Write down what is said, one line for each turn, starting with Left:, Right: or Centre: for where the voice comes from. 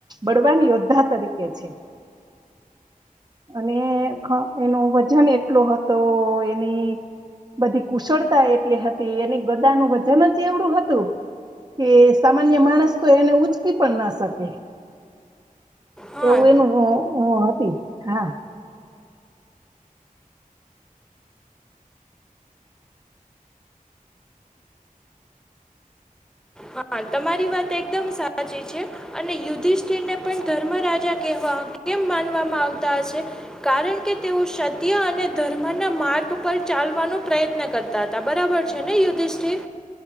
Right: બળવાન યોદ્ધા તરીકે છે. અને ક એનો વજન એટલો હતો એની બધી કુશળતા એટલી હતી એની ગદાનું વજન જ એવડું હતું. કે સામાન્ય માણસ તો એને ઉચકી પણ ના શકે.
Centre: હા
Right: એવું એનું હતી હા.
Centre: હા તમારી વાત એકદમ સાચી છે. અને યુધિષ્ઠિરને પણ ધર્મ રાજા કેહવા કેમ માનવામાં આવતા હશે કારણ કે તેઓ સત્ય અને ધર્મ ના માર્ગ પર ચાલવાનો પ્રયત્ન કરતા હતા બરાબર છે. અને યુધિષ્ઠિર